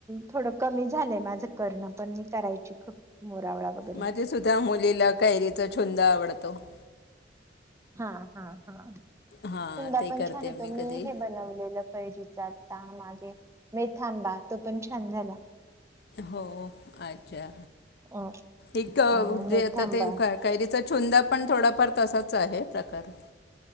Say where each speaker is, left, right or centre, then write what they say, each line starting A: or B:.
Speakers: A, on the right (about 15°); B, on the left (about 60°).
A: थोडं कमी झालंय माझं करणं पण, मी करायची खूप मोरावळा वगैरे
B: माझेसुद्धा, मुलीला कैरीचा छुंद आवडत कत्तो <inaudible>
A: हा हा हा छुंदा,
B: हां ते
A: पण
B: करते
A: छान होतो मी
B: कधी
A: हे बनवलेलं कैरी चाल मागे मेथांबा, तो पण छान झाला
B: हो अच्छा
A: अ
B: एक
A: अ मेथांबा
B: जे आता ते कैयरीचं छुंदा पण थोडाफार तसाच आहे प्रकार